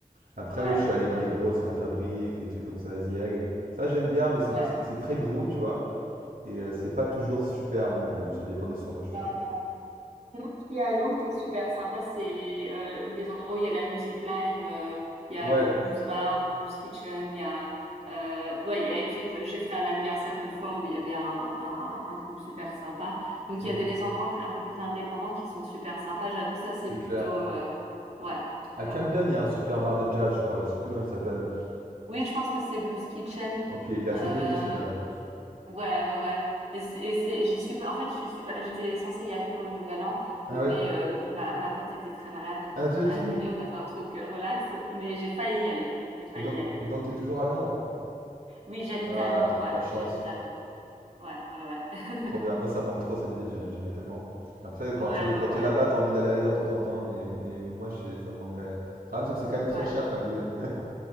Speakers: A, on the right; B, on the right.
A: Après
B: ouais,
A: oui, je suis allé dans
B: ouais,
A: les grosses, La Fabrique, les trucs comme ça, Zieg. Ça j'aime bien, mais c'est
B: ouais.
A: c'est- c'est très gros, tu vois, et euh, c'est pas toujours super non plus. Ça dépend des soirées, je trouve.
B: Non, non. Il y a à Londres qui est super sympa, c'est euh, des endroits où il y a de la musique live, euh, il y a
A: Ouais,
B: le blues bar, blues kitchen, il y a euh, ouais, il y a, et puis euh, j'ai fait un anniversaire une fois où il y avait un, un, un groupe super sympa. Donc
A: mhm,
B: il y a des endroits plus- un peu plus indépendants qui sont super sympas. J'avoue, ça c'est
A: c'est
B: plutôt
A: clair.
B: euh, ouais,
A: À Camden,
B: ouais, ouais.
A: il y a un super bar de jazz, je crois. Je sais plus comment il s'appelle.
B: Oui, je pense que c'est Blues Kitchen.
A: Ok, il est assez
B: Euh,
A: connu celui-là.
B: Ouais, ouais, ouais. Et c'est, et c'est- j'y suis pas. En fait, je suis pas. J'étais censée y aller pour le Nouvel An,
A: Ah
B: mais
A: ouais.
B: euh, ma ma pote était très malade,
A: Ah
B: donc
A: zut.
B: on a <laughs> annulé. On a fait un truc euh, relax, mais j'ai failli y aller. J'ai failli
A: Et donc,
B: y aller.
A: et donc t'es toujours à Londres?
B: Oui, j'habite
A: Ah,
B: à Londres. Ouais,
A: la chance.
B: j'habite à Londres. Ouais, ouais, ouais. <laughs>
A: Trop bien. Moi, ça me manque trop cette ville, j'ai- j'aimais tellement. Après, quand
B: Ouais,
A: tu quand
B: ouais,
A: t'es
B: ouais.
A: là-bas, t'as envie d'aller ailleurs de temps en temps, mais, mais moi, j'ai- ça me manque quand même. Le problème, c'est que c'est quand même très
B: ouais.
A: cher comme ville. <laughs>